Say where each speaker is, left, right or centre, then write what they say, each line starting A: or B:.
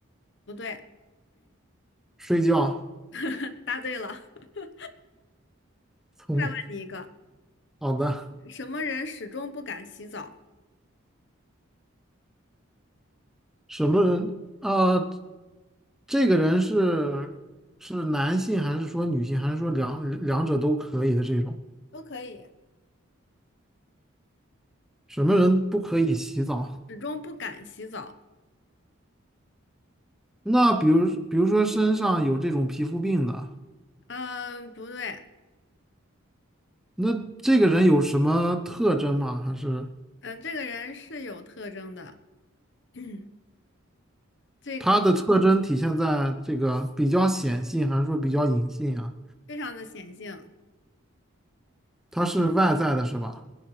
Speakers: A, on the left; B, in the centre.
A: 不对，
B: 睡觉，
A: <laughs> 答对了。<laughs>
B: 聪明。
A: 再问你一个，
B: 好的，
A: 什么人始终不敢洗澡？
B: 什么人啊？这个人是是男性还是说女性，还是说两两者都可以的这种？
A: 都可以。
B: 什么人不可以洗澡？
A: 始终不敢洗澡。
B: 那比如，比如说身上有这种皮肤病的，
A: 嗯，不对，
B: 那这个人有什么特征吗？还是
A: 嗯，这个人是有特征的，<clears throat> 这个
B: 他的特征体现在这个比较显性，还是说比较隐性啊？
A: 非常的显性。
B: 他是外在的，是吧？